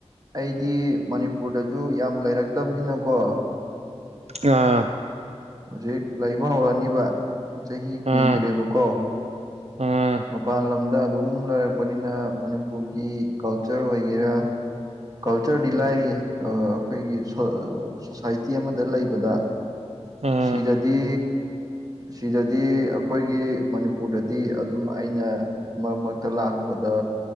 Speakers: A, on the right; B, on the right.
A: ꯑꯩꯗꯤ ꯃꯅꯤꯄꯨꯔꯗꯁꯨ ꯌꯥꯝ ꯂꯩꯔꯛꯇꯕꯅꯤꯅꯀꯣ
B: ꯑꯥ
A: ꯍꯧꯖꯤꯛ ꯂꯩꯕ ꯍꯧꯔꯛꯅꯤꯕ ꯆꯍꯤ
B: ꯑꯥ
A: ꯀꯨꯏꯗ꯭ꯔꯦꯕꯀꯣ
B: ꯑꯥ
A: ꯃꯄꯥꯟ ꯂꯝꯗ ꯑꯗꯨꯝ ꯂꯩꯔꯛꯄꯅꯤꯅ ꯃꯅꯤꯄꯨꯔꯒꯤ ꯀꯜꯆꯔ ꯑꯣꯏꯒꯦꯔꯥ ꯀꯜꯆꯔꯗꯤ ꯂꯥꯏꯔꯤ ꯑꯩꯈꯣꯏꯒꯤ ꯁꯣꯁꯥꯏꯇꯤ ꯑꯃꯗ ꯂꯩꯕꯗ
B: ꯑꯥ
A: ꯁꯤꯗꯗꯤ ꯁꯤꯗꯗꯤ ꯑꯩꯈꯣꯏꯒꯤ ꯃꯅꯤꯄꯨꯔꯗꯗꯤ ꯑꯗꯨꯝ ꯑꯩꯅ ꯃꯔꯛ ꯃꯔꯛꯇ ꯂꯥꯛꯄꯗ